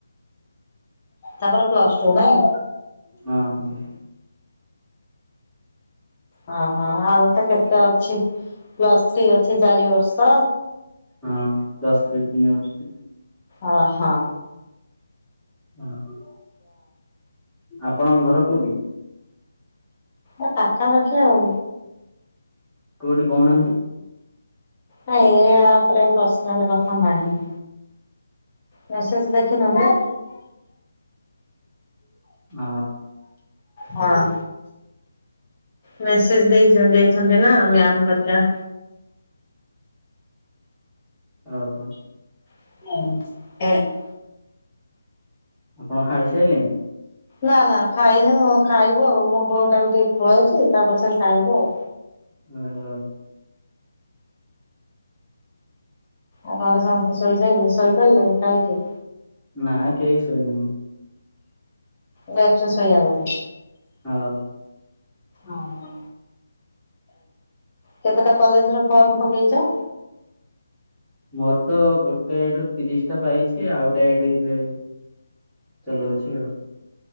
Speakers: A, on the left; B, in the centre.
A: ତାପରେ ପ୍ଲସ ଟୁ ନାଇଁ?
B: ହୁଁ ହୁଁ।
A: ହଁ ହଁ ହଁ ଆଉ ତ କେତେ ଅଛି ପ୍ଲସ୍ ଥ୍ରୀ ଅଛି ଚାରି ବର୍ଷ।
B: ହଁ ପ୍ଲସ ତିନି ବର୍ଷ
A: ଅ ହଁ
B: ଅ ହଁ ଆପଣଙ୍କ ଘର କୋଉଠି?
A: ଏ ପାଖାପାଖି ଆଉ।
B: କୋଉଠି କହୁନାହାନ୍ତି।
A: ନାଇଁ ଏ ଅପ୍ ରେ ପର୍ସନାଲ କଥା ନାହିଁ। ମ୍ୟାସେଜ ଦେଖିନ କି?
B: ଅ
A: ହଁ ମେସେଜ ଦେଇଚ ଦେଇଚନ୍ତି ନା ମ୍ୟାମ ଘରିକା।
B: ଓ ହୋ
A: <inaudible>
B: ଆପଣ ଖାଇ ସାଇଲେଣି?
A: ନା ନା ଖାଇନୁ ଖାଇବୁ ଆଉ ମୋ ପୁଅ ଟାକୁ ଟିକେ ଖୁଆଉଛି ତା ପଛରେ ଖାଇବୁ ଆଉ।
B: ଓ ହୋ
A: ଆଉ ଘରେ ସମସ୍ତେ ଶୋଇ ସାଇଲେଣି ଶୋଇପଇଲେନି ଖାଇକି?
B: ନାଁ କେଇ ସୋଇନୁ।
A: ଲେଟ୍ ରେ ଶୋଇଆ ବଧେ?
B: ହଁ
A: ଓ ହୋ କେତେଟା କଲେଜ ର ଫର୍ମ ପକେଇଚ?
B: ମୋର ତ ଗୋଟେ ଆଇଡି ରେ ତିରିଶି ଟା ପାଇଛି ଆଉ ଗୋଟେ ଆଇଡି ରେ ଚଲଉଛି ଆଉ।